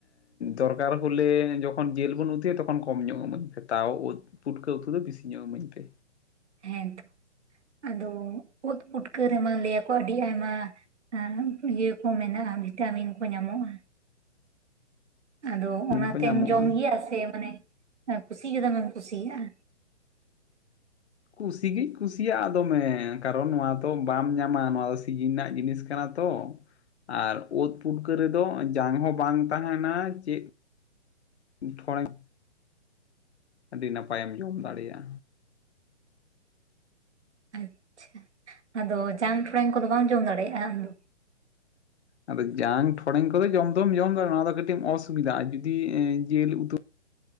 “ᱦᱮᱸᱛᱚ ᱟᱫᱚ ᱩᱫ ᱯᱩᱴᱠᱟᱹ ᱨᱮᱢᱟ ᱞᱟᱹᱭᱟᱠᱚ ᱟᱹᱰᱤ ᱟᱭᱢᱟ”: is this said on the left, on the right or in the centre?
Right